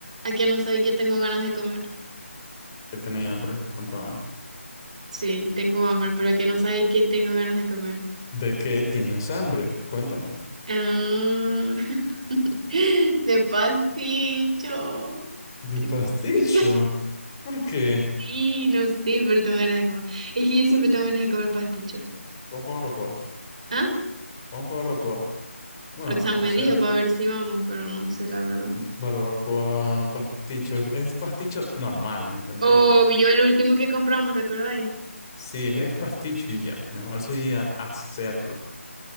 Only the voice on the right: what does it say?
¿A que no sabéis que tengo ganas de comer?
Sí, tengo hambre, pero ¿a que no sabéis que tengo ganas de comer?
Ah, <laughs> de pasticho.
Pucha,
Sí, no sé, pero tengo ganas de comer. Es que yo siempre tengo ganas de comer pasticho.
¿Ah?
Roxanne
me
dijo para ver si vamos, pero no sé la verdad.
O yo el último que compramos, ¿te acordáis?